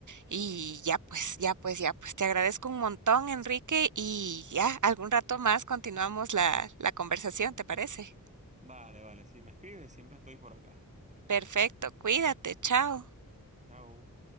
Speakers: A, on the right (about 60°); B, on the right (about 20°).
A: y ya pues, ya pues, ya pues te agradezco un montón, Enrique, y ya algún rato más continuamos la la conversación, ¿te parece?
B: Vale, vale, si me escribes, siempre estoy por acá.
A: Perfecto, cuídate, chao.
B: Chao.